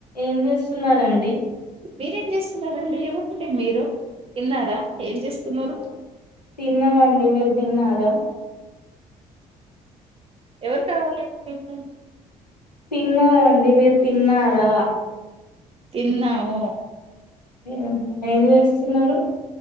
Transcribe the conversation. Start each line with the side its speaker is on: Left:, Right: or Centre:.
Left: ఏం చేస్సున్నారండి
Right: మీరేం చేస్సున్నారు అండి ఎవరు అండి మీరు తిన్నారా ఏం చేస్తున్నారు
Left: తిన్నామండి మీరు తిన్నారా
Right: ఎవరు కావాలండి మీకు
Left: తిన్నారా అండి మీరు తిన్నారా
Right: తిన్నాము
Left: ఏమ్ ఏం చేస్తున్నారు